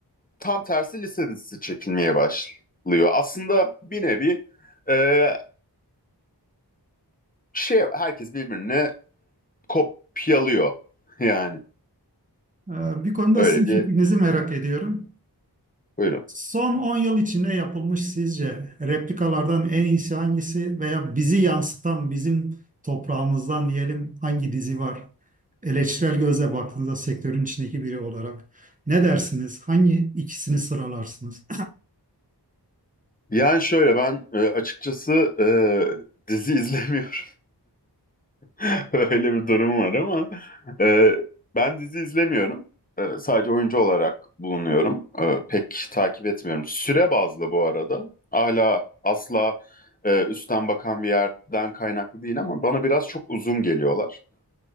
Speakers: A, on the left; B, on the right.
A: Tam tersi lise dizisi çekilmeye başlıyor. Aslında bir nevi e, şey herkes birbirine kopyalıyor. <laughs> Yani
B: Ee, Bir konuda
A: öyle
B: sizin fikrinizi
A: bir
B: merak ediyorum.
A: buyurun.
B: Son 10 yıl içinde yapılmış sizce replikalardan en iyisi hangisi veya bizi yansıtan bizim toprağımızdan diyelim hangi dizi var? Eleştirel gözle baktığınızda sektörün içindeki biri olarak ne dersiniz? Hangi ikisini sıralarsınız?
A: Yani şöyle ben e, açıkçası e, dizi izlemiyorum. <laughs> Öyle bir durum var ama e, ben dizi izlemiyorum. E, sadece oyuncu olarak bulunuyorum. E, pek takip etmiyorum. Süre bazlı bu arada. Hala asla e, üstten bakan bir yerden kaynaklı değil ama bana biraz çok uzun geliyorlar.